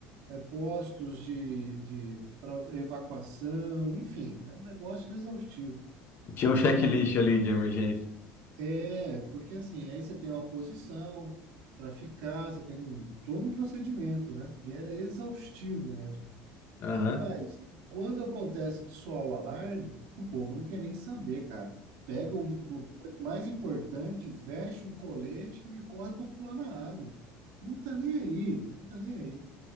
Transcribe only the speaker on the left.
Tinha um checklist
ali de emergência.
Aham,